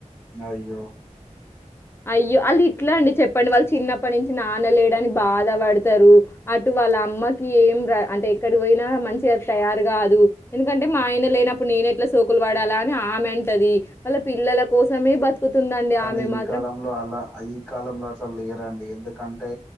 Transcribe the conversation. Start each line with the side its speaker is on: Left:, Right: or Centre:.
Centre: అయ్యో
Left: అయ్యో అళ్ళు ఇట్లా అండి చెప్పని వాళ్ళు చిన్నప్పటి నుంచి నాన్నలేడానికి బాధ పడతారు అటు వాళ్ళ అమ్మకి ఏం ర అంటే ఎక్కడ పోయినా మంచిగా తయారు గాదు ఎందుకంటే మా ఆయన లేనప్పుడు నేనెట్ల సోకులు పడాలా అని ఆమె అంటది వాళ్ళ పిల్లల కోసమే బతుకుతుందండి
Centre: కానీ
Left: ఆమె
Centre: ఈ
Left: మా
Centre: కాలంలో అలా ఈ కాలంలో అట్లా లేరండి ఎందుక అంటే